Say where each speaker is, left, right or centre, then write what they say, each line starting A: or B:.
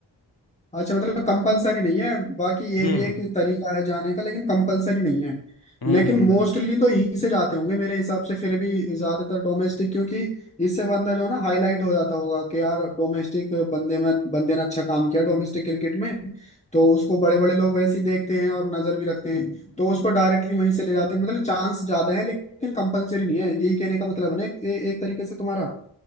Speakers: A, on the left; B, on the left.
A: अच्छा मतलब कंपलसरी नहीं है बाकी ये
B: हम्म
A: भी एक तरीका है जाने का लेकिन कंपलसरी नहीं है
B: हम्म
A: लेकिन
B: हम्म
A: मोस्टली
B: हम्म।
A: तो ई से जाते होंगे मेरे हिसाब से फिर भी ज्यादातर डोमेस्टिक क्योंकि इससे बंदा जो है ना हाईलाइट हो जाता होगा कि यार डोमेस्टिक बंदे में बंदे ने अच्छा काम किया डोमेस्टिक क्रिकेट में तो उसको बड़े बड़े लोग वैसे ही देखते हैं और नजर भी रखते हैं तो उसको डायरेक्टली वहीं से ले जाते हैं मतलब चांस ज्यादा है लेकिन कंपलसरी नहीं है यही कहने का मतलब है ना ए, एक तरीके से तुम्हारा